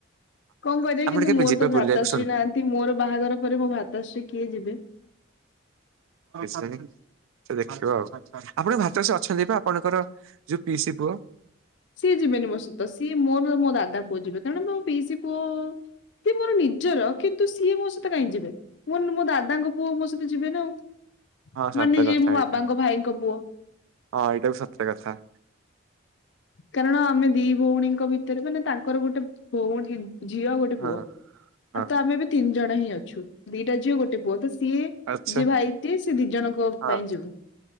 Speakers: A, on the left; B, on the right.
A: କଣ କରିବା
B: ଆମେ
A: କିନ୍ତୁ
B: ଟିକେ
A: ମୋର
B: ଯିବା
A: ତ ଭ୍ରାତାଶ୍ରୀ
B: ବୁଲିବାକୁ
A: ନାହାନ୍ତି। ମୋର ବାହାଘର ପରେ ମୋ ଭ୍ରାତାଶ୍ରୀ କିଏ ଯିବେ?
B: ସେ ଦେଖିବ, ଆଉ ଆପଣଙ୍କ ଭ୍ରାତାଶ୍ରୀ ଅଛନ୍ତି, ବା ଆପଣଙ୍କର ଯଉ ପିଇସି ପୁଅ।
A: ସିଏ ଯିବେନି ମୋ ସହିତ, ସିଏ ମୋର ମୋ ଦାଦା ପୁଅ ଯିବେ। ତେଣୁ ମୋ ପିଇସୀ ପୁଅ ସେ ମୋର ନିଜର, କିନ୍ତୁ ସିଏ ମୋ ସହିତ କାହିଁ ଯିବେ ମୋ ମୋ ଦାଦାଙ୍କ ପୁଅ ମୋ ସହିତ ଯିବେ ନା ଆଉ
B: ହଁ ସତ
A: ମାନେ ଯିଏ
B: କଥା
A: ମୋ ବାବାଙ୍କ
B: ଏଇଟା
A: ଭାଇଙ୍କ ପୁଅ।
B: ହଁ ଏଇଟାକୁ ସତ କଥା।
A: କାରଣ ଆମେ ଦି ଭଉଣୀଙ୍କ ଭିତରେ ମାନେ ତାଙ୍କର ଗୋଟେ ଭଉଣୀ ଝିଅ ଆଉ ଗୋଟେ ପୁଅ
B: ହଁ ହଁ
A: ଆଉ ତ ଆମେ ବି ତିନି ଜଣ ହିଁ ଅଛୁ, ଦିଟା ଝିଅ ଗୋଟେ ପୁଅ ତ ସିଏ
B: ଆଚ୍ଛା
A: ଯିଏ ଭାଇଟିଏ ସେ ଦି ଜଣଙ୍କ
B: ହଁ
A: ପାଇଁ ଯିବ।